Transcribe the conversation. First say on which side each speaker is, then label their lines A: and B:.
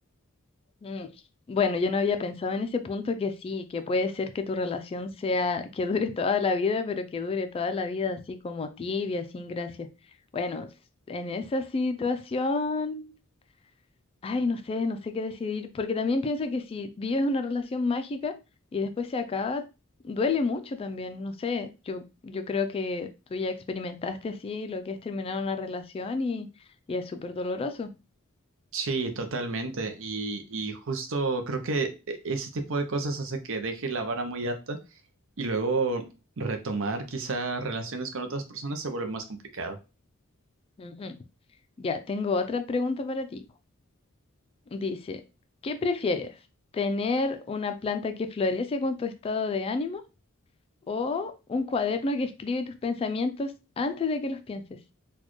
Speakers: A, on the left; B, on the right.
A: Mm, Bueno, yo no había pensado en ese punto que sí, que puede ser que tu relación sea, que dure <laughs> toda la vida, pero que dure toda la vida así como tibia, sin gracia. Bueno, s- en esa situación, ay, no sé, no sé qué decidir, porque también pienso que si vives una relación mágica y después se acaba, duele mucho también, no sé, yo, yo creo que tú ya experimentaste así lo que es terminar una relación y, y es súper doloroso.
B: Sí, totalmente. Y, y justo creo que e- ese tipo de cosas hace que deje la vara muy alta y luego retomar quizá relaciones con otras personas se vuelve más complicado.
A: Ujú. Ya, tengo otra pregunta para ti. Dice, ¿qué prefieres? ¿Tener una planta que florece con tu estado de ánimo o un cuaderno que escribe tus pensamientos antes de que los pienses?